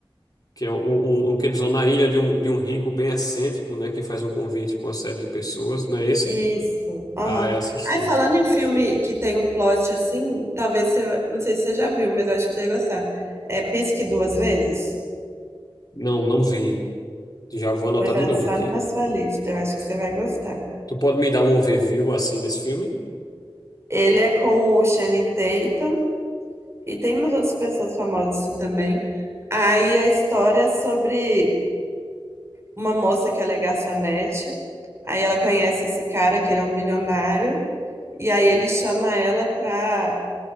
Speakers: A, on the left; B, on the right.
A: que é o, o, o que eles vão na ilha de um, de um rico bem excêntrico, né? Que faz um convite para uma série de pessoas, não é esse?
B: Isso. Aham.
A: Ah, eu assisti.
B: Aí, falando em filme que tem um plot assim, talvez você. Não sei se você já viu, mas eu acho que você ia gostar. É Pisque Duas Vezes.
A: Não, não vi. Já vou anotar
B: Pois
A: de
B: adicione
A: novo aqui.
B: na sua lista, eu acho que você vai gostar.
A: Tu pode me dar um overview assim desse filme?
B: Ele é com o Channing Tatum e tem umas outras pessoas famosas assim também. Aí a história é sobre uma moça que ela é garçonete, aí ela conhece esse cara que ele é um bilionário e aí ele chama ela pra,